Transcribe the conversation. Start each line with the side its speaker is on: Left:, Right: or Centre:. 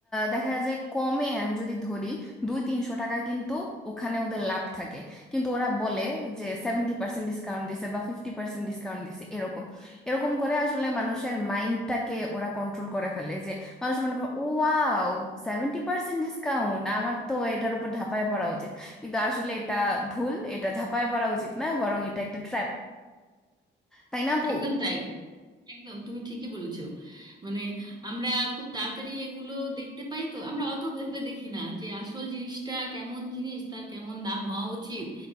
Centre: দেখা যায় কমে আমি যদি ধরি দুই তিনশো টাকা কিন্তু ওখানে ওদের লাভ থাকে কিন্তু ওরা বলে যে সেভেন্টি পার্সেন্ট ডিসকাউন্ট দিছে বা ফিফটি পার্সেন্ট ডিসকাউন্ট দিছে এরকম এরকম করে আসলে মানুষের মাইন্ডটাকে ওরা কন্ট্রোল করে ফেলে যে মানুষ মনে করে ও ওয়াও সেভেন্টি পার্সেন্ট ডিসকাউন্ট আমার তো এটার উপর ঝাঁপায় পড়া উচিত কিন্তু আসলে এটা ভুল এটা ঝাঁপায় পড়া উচিত না বরং এটা একটা ট্র্যাপ তাই না আপু
Right: একদম তাই একদম তুমি ঠিকই বলেছো মানে আমরা খুব তাড়াতাড়ি এগুলো দেখতে পাই তো আমরা অত ভেবে দেখি না যে আসল জিনিসটা কেমন জিনিস তার কেমন দাম হওয়া উচিত